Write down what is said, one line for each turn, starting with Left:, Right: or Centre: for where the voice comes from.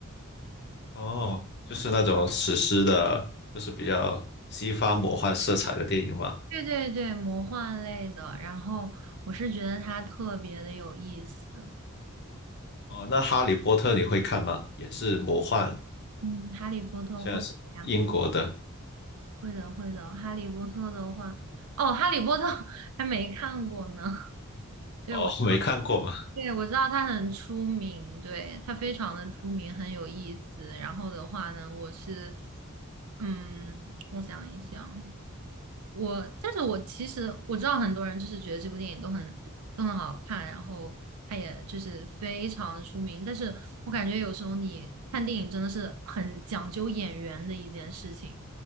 Left: 哦，就是那种史诗的，就是比较西方魔幻色彩的电影嘛。
Right: 对对对，魔幻类的，然后我是觉得它特别的有意思。
Left: 哦，那《哈利波特》你会看吗？也是魔幻，
Right: 嗯，哈利波特会的呀，
Left: 现在是英国的。
Right: 会的会的。哈利波特的话，哦，哈利波特 <laughs> 还没看过呢。<laughs> 对，
Left: 哦，
Right: 我知道
Left: 没看过嘛。
Right: 对我知道它很出名，对，它非常的出名，很有意思。然后的话呢，我是，嗯，我想一想，我但是我其实我知道很多人就是觉得这部电影都很都很好看，然后他也就是非常的出名。但是我感觉有时候你看电影真的是很讲究演员的一件事情。